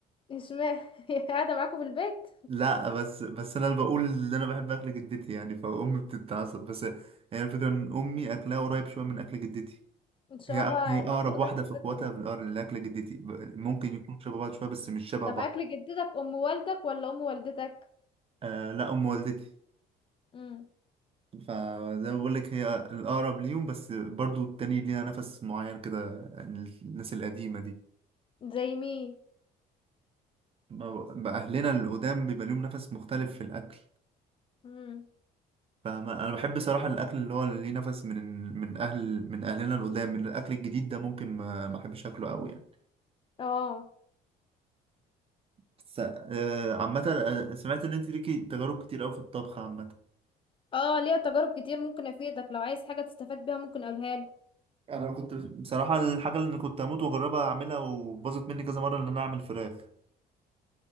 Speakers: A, on the left; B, on the right.
A: اشمعنى <laughs> هي قاعدة معاكم في البيت
B: لا بس بس انا اللي بقول ان انا بحب اكل جدتي يعني فامي بتتعصب بس هي الفكره ان امي اكلها قريب شويه من اكل جدتي
A: ان شاء
B: هي
A: الله
B: هي
A: هتطردك
B: اقرب واحده
A: من
B: في اخواتها
A: البيت ده
B: بالأقر- لاكل جدتي ب- ممكن يكون شبه بعض شويه بس مش شبه
A: طب
B: بعض
A: اكل جدتك ام والدك ولا ام والدتك
B: آه لا ام والدتي
A: امم
B: فزي ما بقول لك هي الاقرب ليهم بس برضو التاني ليها نفس معين كده الناس القديمه دي
A: زي مين
B: ما- بقى اهلنا القدام بيبقى ليهم نفس مختلف في الاكل
A: امم
B: فاهمة انا بحب صراحة الاكل اللي هو اللي ليه نفس من من اهل من اهلنا القدام من الاكل الجديد ده ممكن ما ما احبش اكله قوي يعني
A: اه
B: بس آه، عامة آه، سمعت ان انت ليكي تجارب كتير قوي في الطبخ عامة
A: اه ليها تجارب كتير ممكن افيدك لو عايز حاجة تستفاد بيها ممكن اقولها لك
B: انا كنت بصراحة الحاجة اللي كنت اموت واجربها اعملها وباظت مني كذا مرة ان انا اعمل فراخ